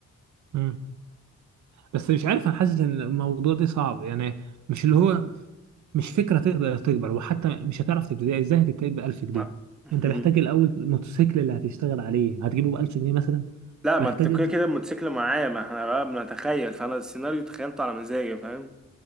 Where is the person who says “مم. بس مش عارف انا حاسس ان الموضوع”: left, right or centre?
Right